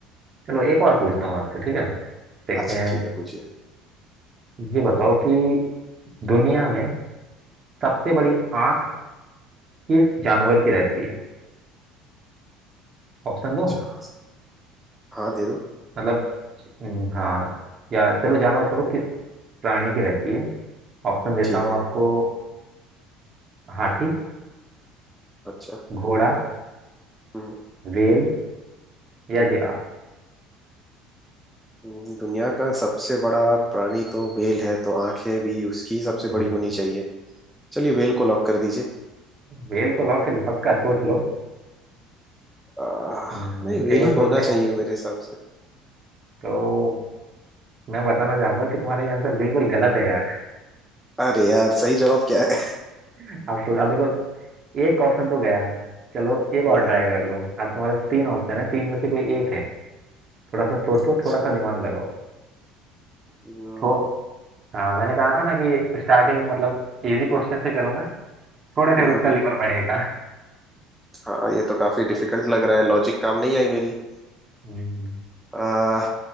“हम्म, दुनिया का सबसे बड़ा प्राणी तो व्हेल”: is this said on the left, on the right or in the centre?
Centre